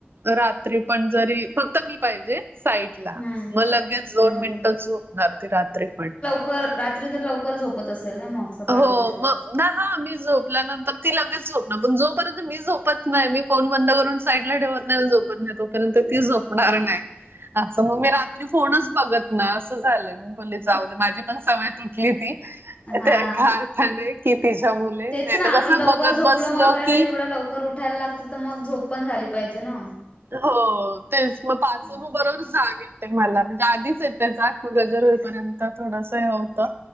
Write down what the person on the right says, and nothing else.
रात्री पण जरी फक्त मी पाहिजे साईट मग
लगेच दोन
मिनिट झोपणार ती रात्री पण
हो,
मग ना हा मी झोपल्यानंतर ती लगेच झोपणार पण जोपर्यंत मी झोपत नाही मी फोन बंद करून साईडला ठेवत. मी झोपत नाही तोपर्यंत ती झोपणार नाही अस मग मी रात्री तरी फोनच बघत नाही असं झालंय म बोले जाऊ दे माझी पण सवय तुटली आहे ती
त्या एका अर्थाने की तिच्यामुळे,
नाहीतर
कसं
बघत
बसलं
की
हो तेच पाच
म बरोबर जाग येते मला म्हणजे आधीच येते त्येचा म गजर होईपर्यंत थोडस हे होतं